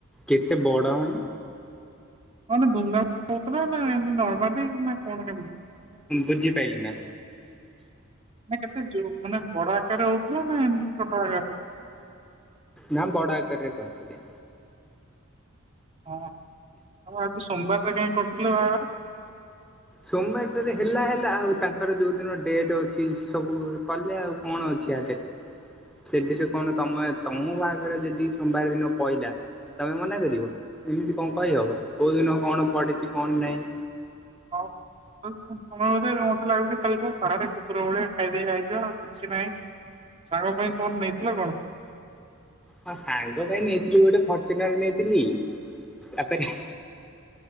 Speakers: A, in the centre; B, on the right.
A: କେତେ ବଡ ମାନେ
B: ମାନେ ଧୁମ଼ ଧାମରେ ହଉଥିଲା ନା ଏମତି ନର୍ମାଲିନା କଣ କେମିତି?
A: ବୁଝିପାଇଲିିନା।
B: ମାନେ କେତେ ଯୋ ମାନେ ବଡ ଆକାରରେ ହଉଥିଲା ନା ଏମିତି ଛୋଟ ଆକାରରେ?
A: ନା ବଡ ଆକାରରେ କରିଥିଲେ।
B: ହଁ ହଁ ଆଜି ସୋମବାରଟରେ କାହିଁ କରିଥିଲେ ବାହାଘର?
A: ସୋମବାରଟାରେ ହେଲା ହେଲା ଆଉ ତାଙ୍କର ଯୋଉ ଦିନ ଡେଟ ଅଛି ସବୁ କଲେ ଆଉ। କଣଅଛି ଆ ଦେହରେ। ସେଥିରେ କଣ ତମେ ତମ ବାହାଘରେ ଯଦି ସୋମବାର ଦିନ ପହିଲା। ତମେ ମନା କରିବ ଏମିତି କଣ କହିହବ କୋଉ ଦିନ କଣ ପଡିଛି କଣ ନାହିଁ।
B: ହ ତ-ତମେ ବୋଧେ ମତେ ଲାଗୁଛି ଖାଲି ଯା ଖରାରେ କୁକୁର ଭଳିଆ ଖାଇଦେଇ ଆଇଚ। କିଛି ନାହିଁ ସାଙ୍ଗ ପାଇଁ କଣନେଇଥିଲ କଣ?
A: ହଁ ସାଙ୍ଗ ପାଇଁ ନେଇଥିଲି ଗୋଟେ ଫର୍ଚୁନର ନେଇଥିଲି ତାପରେ